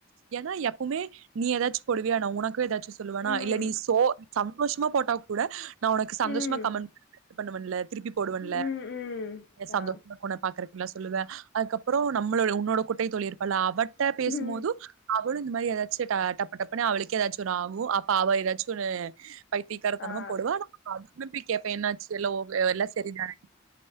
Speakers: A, on the right; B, on the left.
A: ஏன்னா எப்பமே நீ எதாச்சு போடுவியா நா உனக்கு எதாச்சு சொல்லுவனா
B: ம்
A: இல்ல நீ சோ சம் மோஷ்மா போட்டா கூட நா ஒனக்கு சந்தோஷ்மா
B: ம்
A: கமென் <inaudible> பண்ணுவன்ல திருப்பி போடுவன்ல
B: ம் ம்
A: சந்தோஷமா
B: ஆ
A: உன்ன பாக்குறத்க்கு சொல்லுவ அதுக்கப்புறம் நம்மளோட உன்னோட குட்டை தோழி இருப்பல்ல அவ ட பேசும்போது
B: ம்
A: அவளு இது மாரி எதாச்சு ட்டு டப்பு டப்புன்னு அவளுக்கே ஏதாச்சு ஒன்னு ஆகும் அப்ப அவ ஏதாச்சு ஒன்னு பைத்தீக்காரத்தனமா
B: ஆ
A: போடுவா நம்ம அது நம்பி கேப்ப என்னா எல்லோ எல்லா செரிதா